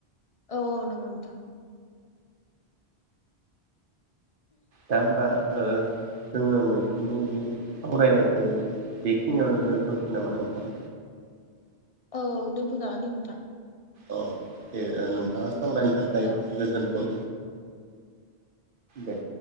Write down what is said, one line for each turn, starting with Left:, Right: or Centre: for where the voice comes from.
Left: औ औ नोंगौ नोंथां
Right: दा होमबा ओ जोङो मैखुननि बे सावरायनायखो बेखिनियावनो दोनथ'सै नामा नोंथां
Left: औ दोनथ'जागोन दे नोंथां
Right: औ। बे नोंथाङा सावरायनो
Left: दे
Right: थाखाय
Left: औ
Right: गोजोन्थों। दे।